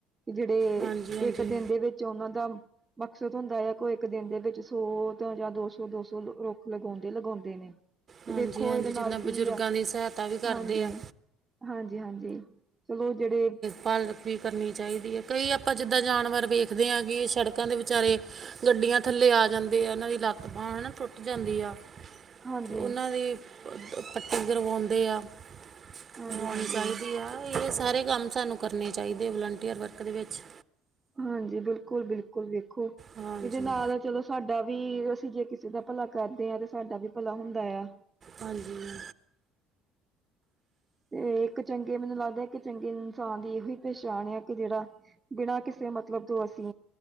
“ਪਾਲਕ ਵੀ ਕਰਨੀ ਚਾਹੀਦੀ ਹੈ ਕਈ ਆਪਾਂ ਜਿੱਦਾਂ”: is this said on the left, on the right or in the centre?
Right